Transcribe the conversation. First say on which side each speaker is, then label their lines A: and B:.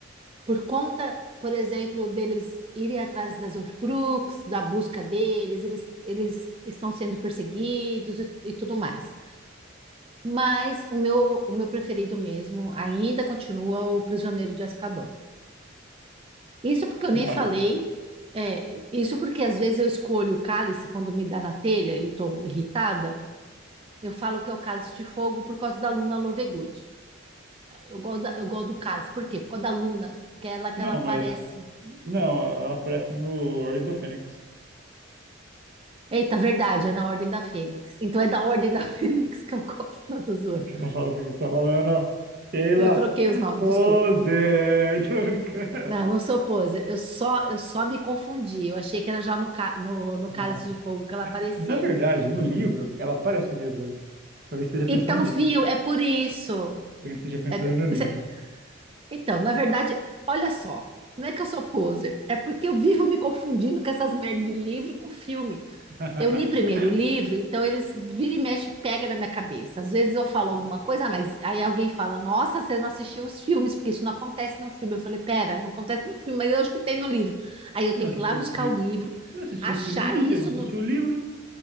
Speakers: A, on the right; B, on the right.
A: por conta, por exemplo, deles irem atrás das Horcrux, da busca deles, eles, eles estão sendo perseguidos e, e tudo mais. Mas o meu, o meu preferido mesmo ainda continua o Prisioneiro de Azkaban. Isso porque eu nem
B: Válido.
A: falei, é, isso porque às vezes eu escolho o cálice quando me dá na telha e estou irritada. Eu falo que é o cálice de fogo por causa da Luna Lovegood. Eu gosto, da- eu gosto do cálice. Por quê? Por causa da Luna, porque é ela que
B: Não,
A: ela aparece.
B: mas.
A: entendeu?
B: Não, ela ela aparece no Ordem da Fênix.
A: Eita, verdade, é na Ordem da Fênix. Então é da Ordem da <laughs> Fênix que eu gosto, não tô zoando.
B: O que você tá falando? O que você tá falando? Sheila!
A: Eu troquei os nomes,
B: Pose!
A: desculpa.
B: <laughs> Tô brincando.
A: Não, eu não sou poser, eu só, eu só me confundi. Eu achei que era já no, ca- no, no
B: Não.
A: Cálice de Fogo que ela aparecia.
B: Na verdade, no livro, ela aparece mesmo antes. Talvez esteja
A: Então,
B: pensando nisso.
A: viu, é por isso.
B: Talvez esteja pensando
A: É-
B: no livro.
A: você- então, na verdade, olha só, não é que eu sou poser, é porque eu vivo me confundindo com essas merdas de livro com filme.
B: <laughs>
A: Eu li primeiro o livro, então eles vira e mexe, pega na minha cabeça. Às vezes eu falo alguma coisa, ah, mas aí alguém fala: Nossa, você não assistiu os filmes, porque isso não acontece no filme. Eu falei: Pera, não acontece no filme, mas eu acho que tem no livro. Aí eu
B: Você
A: tenho
B: não assistiu
A: que ir lá buscar
B: esse filme?
A: o livro,
B: Você não assistiu
A: achar
B: esse filme e você
A: isso
B: não assistiu
A: no.
B: o livro?